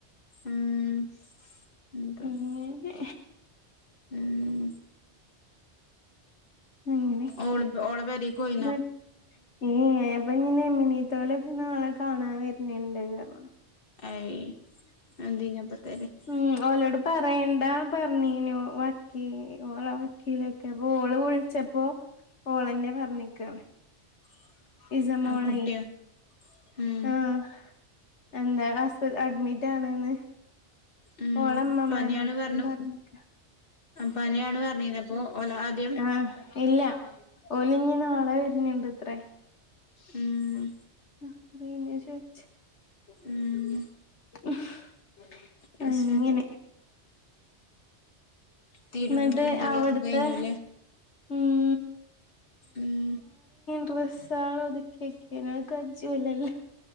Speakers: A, on the left; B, on the left.
A: ഉം <unintelligible>
B: അങ്ങനെ
A: ഉം
B: അങ്ങനെയൊക്കെ
A: ഓള് ഓള് പെരേക്ക് പോയി
B: <unintelligible> അപ്പൊ ഇഞ്ഞ് <unintelligible> ലൊക്കെ നാളെ കാണാൻ വര്ണ്ണ്ണ്ട് അവെ.
A: <unintelligible>
B: ഉം ഓലോട് പറയണ്ടാ പറഞ്ഞീനു വക്കി ഓള വക്കീലൊക്കെ, അപ്പ ഓല് പോയി, ചപ്പോ ഓളെന്നെ പറഞ്ഞിക്കാ.
A: <inaudible>
B: ഇസമോളെയ്
A: കുട്ടിയാ ഉം
B: ആഹ. എന്താ ആസ അഡ്മിറ്റ് ആണ് ന്ന്.
A: ഉം
B: ഓളമ്മമാനോട്
A: പനിയാണ് പറഞ്ഞു
B: ട്ടും പറഞ്ഞേക്ക.
A: പനിയാണ് പറഞ്ഞിനൊ, അപ്പൊ ഓല് ആദ്യം.
B: ആഹ് ഇല്ല ഓലിഞ്ഞി നാളെ വര്ണ്ണണ്ടത്രേ.
A: ഉം
B: <unintelligible>
A: ഉം അയ്
B: അങ്ങനെ
A: ശരി. തിരുമ്പലും
B: എന്നിട്ട്
A: കൂളിയൊക്കെ
B: അവിടുത്തെ
A: കഴിഞ്ഞീലെ?
B: ഉം
A: ഉം.
B: ഡ്രസ്സാള ഒതുക്കി വെക്കേനു. <unintelligible>